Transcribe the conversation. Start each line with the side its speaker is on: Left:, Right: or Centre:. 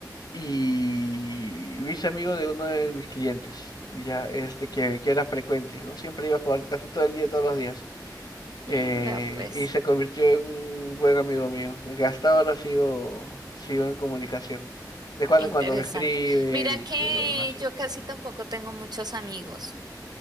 Left: y me hice amigo de uno de mis clientes, ya este que, que era frecuente, ¿no? Siempre iba a jugar casi todo el día, todos los días.
Right: Mm,
Left: Eh,
Right: vea pues,
Left: y se convirtió en un buen amigo mío, que hasta ahora sigo, sigo en comunicación. De cuando
Right: interesante.
Left: en cuando me escribe
Right: Mira
Left: y
Right: que
Left: todo lo demás.
Right: yo casi tampoco tengo muchos amigos